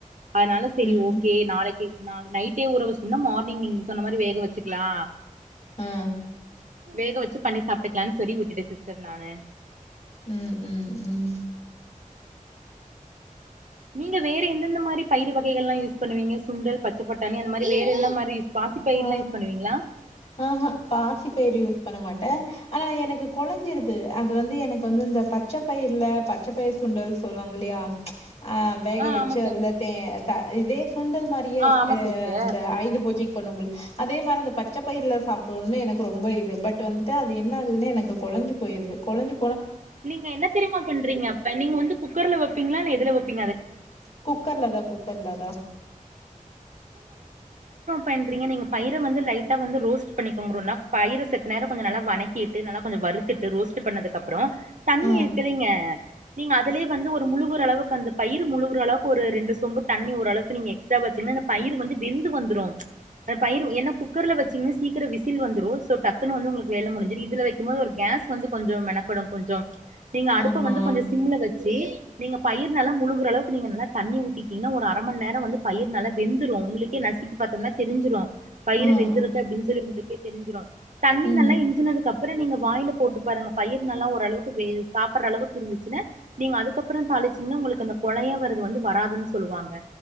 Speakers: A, on the right (about 65°); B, on the left (about 50°).
A: அதனால செரி
B: ம்
A: ஓகே நாளைக்கு நைட்டே ஊற வெச்சுடனா மார்னிங் நீங்க சொன்ன மாரி வேக வெச்சுக்லா
B: ஆ
A: வேக வெச்சு பண்ணி சாப்ட்டுக்கலானு சொல்லி விட்டுட்டே சிஸ்டர் நானு
B: ம் ம் ம்
A: நீங்க வேற எந்தெந்த மாரி பயிரு வகைகள் எல்லா யூஸ் பண்ணுவீங்க சுண்டல் பச்ச பட்டாணி அந்த மாரி வேற என்ன மாரி பாசி பயிர்லா
B: அ
A: யூஸ் பண்ணுவீங்களா
B: ஆஹ பாசி பயிறு யூஸ் பண்ண மாட்ட ஆனா எனக்கு கொழஞ்சிருது அது வந்து எனக்கு வந்து இந்த பச்ச பயிருல்ல பச்ச பயர் சுண்டல் சொல்லுவாங்கலயா அ வேக
A: ஆ
B: வெச்சு
A: ஆமா சிஸ்
B: அதுல தே த இதே சுண்டல் மாரியே
A: ஆ ஆமா
B: அ
A: சிஸ்டர்
B: இந்த ஆயுத பூஜைக்கு பண்ணு போது அதே மாரி பச்ச பயிருல சாப்டோனுனு எனக்கு ரொம்ப இது பட் வந்துட்டு அது என்ன ஆகுதுன்ன எனக்கு கொழ கொழஞ்சி போயிருது கொழஞ்சு
A: நீங்க என்ன தெரியுமா பண்றீங்க அப்ப நீங்க வந்து குக்கர்ல வைப்பீங்களா இல்ல எதுல வைப்பீங்க
B: குக்கர்ல தா குக்கர்ல தா
A: பண்ணுறீங்க நீ பயிர வந்து லைட்ட வந்து ரோஸ்ட் பண்ணிக்கோங்ணா பயிறு கொஞ்சோ நல்லா வணக்கிட்டு நல்லா கொஞ்சோ வரு வறுத்துட்டு ரோஸ்ட் பண்ணதுக்குப்புறோ தண்ணி
B: ஆ.
A: இருக்குதில்லிங்க நீங்க அதுலயே வந்து ஒரு முழுகுற அளவுக்கு அந்த பயிரு முழுகுற அளவுக்கு ஒரு ரெண்டு சொம்பு தண்ணி ஓரளவுக்கு நீங்க எ எக்ஸ்டா வெச்சிங்கன்னா இந்த பயிரு வந்து வெந்து வந்துரு இந்த பயிர எனா குக்கர்ல வெச்சீங்கன்னா சீக்கிரோ விசில் வந்துடு சோ டக்குன்னு வந்து உங்ளுக்கு வேல முடிஞ்சிறு இதுல வைக்கும் போது ஒரு கேஸ் கோஸ் வந்து கொஞ்சோ மெனக்கெடு கொஞ்சோ நீங்க அடுப்ப
B: ஆமா.
A: வந்து கொஞ்சோ சிம்ல வெச்சு நீங்க பயிரு நல்லா முழுகுற அளவு நீங்க நல்லா தண்ணி ஊத்திட்டீங்கன்னா ஒரு அர மண் நேரோ வந்து பயிறு நல்லா வெந்துரு உங்ளுக்கே நசிக்கி பாத்தம்னா தெரிஞ்சிரு பயிர்
B: ஆ,
A: வெந்திருக்குகா
B: ஆ.
A: அப்டின்னு சொல்லி உங்ளுக் தெரிஞ்சிரோம தண்ணி
B: ம்.
A: நல்லா இஞ்சினதுக்கு அப் அப்ற நீங்க வாய்ல போட்டு பாருங்க பயிர் நல்ல ஓரளவுக்கு வேச் சாப்பற்றளவுக்கு இருந்துச்சுன்னு நீங்கதுக்கப்புறம் த வச்சிங்னா உங்களுக்கு கொழய வர்றது வந்து வராதுன்னு சொல்லுவாங்க